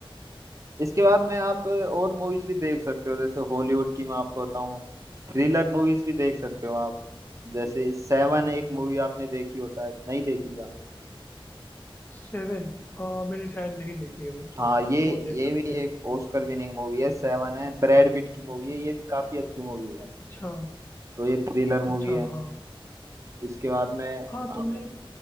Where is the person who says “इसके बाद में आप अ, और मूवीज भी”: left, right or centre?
Right